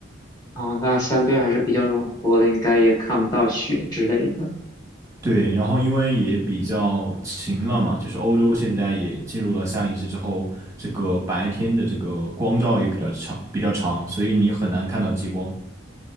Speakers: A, on the left (about 20°); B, on the right (about 15°).
A: 哦，那相对还是比较暖和的，应该也看不到雪之类的。
B: 对，然后因为也比较晴了嘛，就是欧洲现在也进入了夏令时之后，这个白天的这个光照也比较长，比较长，所以你很难看到极光。